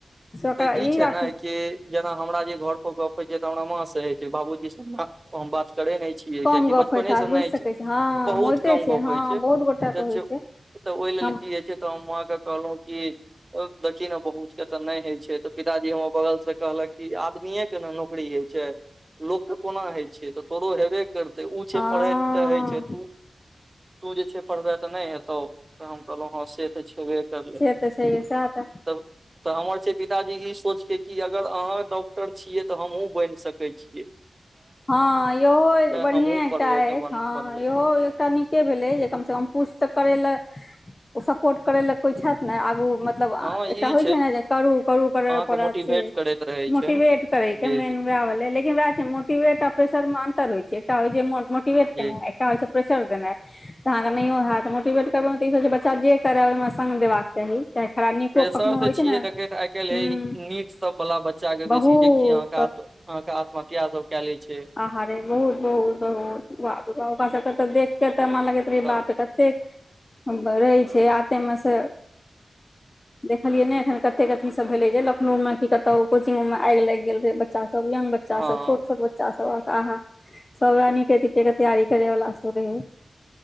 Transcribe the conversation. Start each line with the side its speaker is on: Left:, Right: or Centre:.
Left: सक
Right: तऽ ई
Left: य
Right: छै
Left: राखू
Right: ने कि जेना हमरा जे घर पर गप होय छै त हमरा माँ से हय छै बाबूजी से हम हम बात करे ने छी
Left: कम
Right: कियकि
Left: गप
Right: बचपनेसँ
Left: होइत हैत बुझि
Right: नहि
Left: सकै
Right: छै
Left: छी हँ
Right: बहुत
Left: होइते
Right: कम गप
Left: हँ
Right: होइ छै
Left: बहुत गोटाके
Right: त
Left: होइ छै
Right: तऽ ओहि लेल
Left: हम
Right: की होइ छै तऽ हम माँ के कहलहुँ कि देखी ने बहुतके तऽ नहि होइ छै तऽ पिताजी हमर बगल से कहलक कि आदमीे केना नौकरी होइ छै लोकके कोना होइ छै तऽ तोरो हेबे करतै ओ छै
Left: हँ
Right: पढ़ै तऽ होइ छै तु तू जे छै पढ़बे तऽ नहि हेतौ तऽ हम कहलहुँ हँ से तऽ छेबे करलै
Left: से तऽ छैहे सएह तऽ
Right: तब तऽ हमर छै पिताजी ई सोच के कि अगर अहाँ डॉक्टर छियै तऽ हमहुँ बनि सकैत छी ज
Left: हँ इहो बढ़िए
Right: हमहूँ
Left: एकटा
Right: पढ़बै
Left: अछि
Right: तऽ बन
Left: हँ
Right: बनबै
Left: इहो एकटा नीक भेल जे कम से कम पुछ तऽ करै ल ओ सपोर्ट करै लए कोइ छथि ने आगू मतलब
Right: हँ
Left: एकटा
Right: ई
Left: होइ छै ने जे करूँ करूँ करय
Right: अहाँके
Left: पड़त
Right: मोटिवेट
Left: छै
Right: करैत रहै
Left: मोटिवेट
Right: छै
Left: करैके
Right: जे
Left: मेन वएह भेलै लेकिन वएह छै तियो एकटा प्रेसर मे अन्तर होइ छै एकटा जे मोटिवेट
Right: जे
Left: केनाइ एकटा होइछ प्रेसर देना तऽ अहाँकेँ नहियो होयतऽ मोटिवेट करब तऽ ई कह छै बच्चा जे करय ओहिमे संग देबाक चाही चाहे खराब नीको
Right: प्रेशर
Left: कखनो
Right: तऽ
Left: होइ
Right: छियै
Left: छै ने
Right: देखैत आइ काल्हि
Left: हूँ
Right: नीटसभ वला बच्चाके
Left: बहुत
Right: बेसी जेकि अहाँ के आत्महत्या सब कए ले छै
Left: आहारे बहुत बहुत बहुत‌ बाप रे बाप ओकरा सबके देख के त मन लगै बे
Right: तऽ
Left: बाप कतेक रहै छै आते मे से देखलियै ने एखन कते कथी सब भेले जे लखनोउ मे कत कोचिंगो मे आगि लागि गेल रहे बच्चा सब यंग बच बच्चा
Right: हँ
Left: सब छोट छोट बच्चा सब अहाँ सब रहय नीट के तैयारी करे वला सब रहे